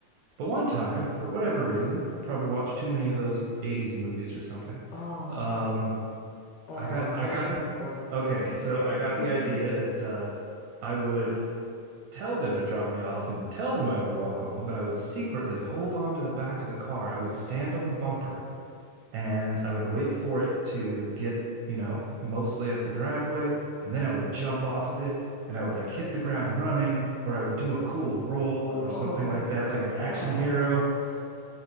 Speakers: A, on the right; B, on the left.
A: But one time, for whatever reason, I probably watched too many of those 80s movies or something.
B: Oh.
A: Um,
B: Uh-oh.
A: I got
B: I
A: I
B: know
A: got
B: where this is going.
A: okay,
B: <laughs>
A: so I got the idea that uh I would tell them to drop me off and tell them I would walk home, but I would secretly hold on to the back of the car. I would stand on the bumper and I would wait for it to get, you know, mostly up the driveway. And then I would jump off of it and I would like hit the ground running, or I would do a cool roll
B: Oh
A: or something like that,
B: my
A: like an
B: gosh.
A: action hero.